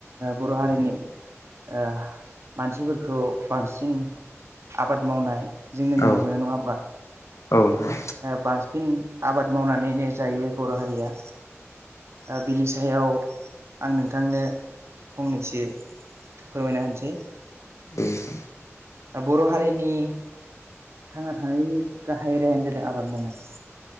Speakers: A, on the right; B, on the left.
A: बर' हारिनि ओ मानसिफोरखौ बांसिन आबाद मावनाय जों नुनो
B: औ
A: मोनो नङा होमबा
B: औ नोंथां
A: बांसिन आबाद मावनानैनो जायो बर' हारिया ओ बिनि सायाव आं नोंथांनो फंनैसो फोरमायना होनोसै
B: औ
A: बर' हारिनि थांना थानायनि गाहाय रेाहायानो जादों आबाद मावनाय